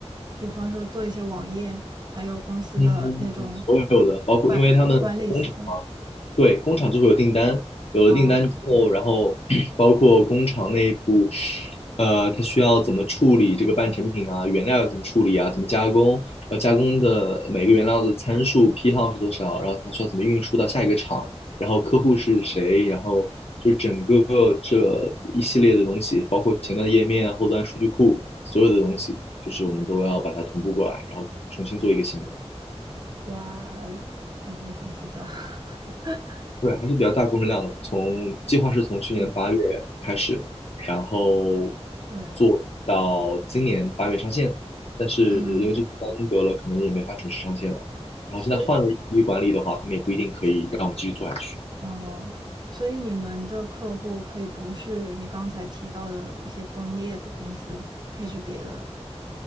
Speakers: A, on the right; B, on the left.
A: 比方说做一些网页，还有公司的那种
B: 嗯，所有的包括因为他们工厂嘛，
A: 管管理系统
B: 对，工厂就会有订单，有了订单之后，
A: 啊，
B: 然后 <clears throat> 包括工厂内部，呃，它需要怎么处理这个半成品啊，原料要怎么处理啊，怎么加工，呃，加工的每个原料的参数批号是多少，然后它需要怎么运输到下一个厂，然后客户是谁，然后就是整个这一系列的东西，包括前端页面、后端数据库，所有的东西，就是我们都要把它同步过来，然后重新做一个新的。
A: 哇，感觉很复杂。<laughs>
B: 对，还是比较大工程量的。从计划是从去年八月开始，
A: 嗯，
B: 然后
A: 对，
B: 做到今年八月上线，但是因为这次耽搁了，
A: 嗯，
B: 可能也没法准时上线了。然后现在换了一批管理的话，
A: 所以
B: 他们也不一定可以让我们继续做下去。
A: 嗯，所以你们的客户可以不是你刚才提到的一些工业的公司，可以是别的。